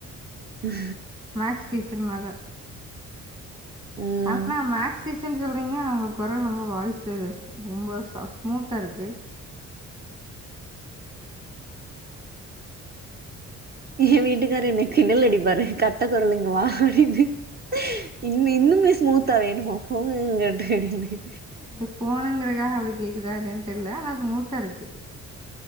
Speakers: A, on the right; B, on the right.
A: உம்
B: மேக்ஸ் டீச்சர்னால
A: ம்
B: ஆனா மேக்ஸ் சீசன்னு சொல்றீங்க உங்க கொரல் ரொம்ப வாய்சு ரொம்ப சா ஸ்மூத்தா இருக்கு
A: என் வீட்டுக்காரு என்ன கிண்டல் அடிப்பாரு கட்ட குரலு இங்க வா அப்டின்னு இன்னு இன்னுமே ஸ்மூத்தா வேணுமோ போங்க அப்டி அப்டினு
B: இல்ல ஃபோனுங்கிறக்காக அப்டி கேக்குதா என்னன் தெரியல ஆனா ஸ்மூத்தா இருக்கு